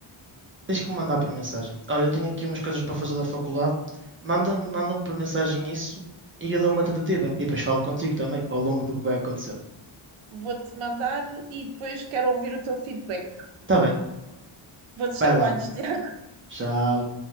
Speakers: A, on the right; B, on the right.
A: Tens que me mandar por mensagem. Olha, eu tenho aqui umas coisas para fazer da faculdade. Manda-me, manda-me por mensagem isso e eu dou uma tentativa. E depois falo contigo também, ao longo do que vai acontecendo.
B: Vou-te mandar e depois quero ouvir o teu feedback.
A: Tá bem,
B: Bons
A: vai
B: trabalhos,
A: lá.
B: <laughs> Tiago.
A: Tchau.